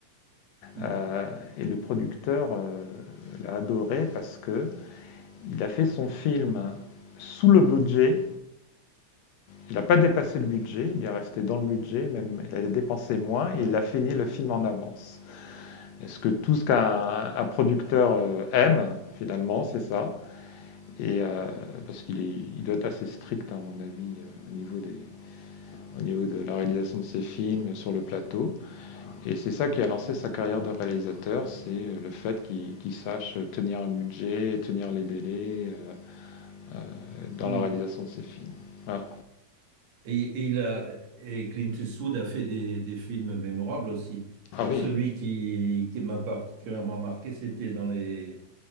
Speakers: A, on the right (about 70°); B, on the left (about 75°).
A: hum,
B: Euh, et le producteur euh, l'a adoré parce que il a fait son film sous le budget. Il n'a pas dépassé le budget, il est resté dans le budget, même il a dépensé moins
A: Ouais.
B: et il a fini le film en avance. Est-ce que tout ce qu'un un producteur euh, aime, finalement, c'est ça et euh, parce qu'il est- il doit être assez strict, hein, à mon avis, euh, au, niveau des- au niveau de la réalisation de ses films, sur le plateau. Et c'est ça qui a lancé sa carrière de réalisateur, c'est euh, le fait qu'il qu'il sache tenir un budget, tenir les délais euh, euh, dans
A: hum.
B: la réalisation de ses films. Ah,
A: Et, et il a, et Clint Eastwood a fait des, des films mémorables aussi.
B: Ah oui,
A: Celui qui, qui m'a particulièrement marqué, c'était dans les...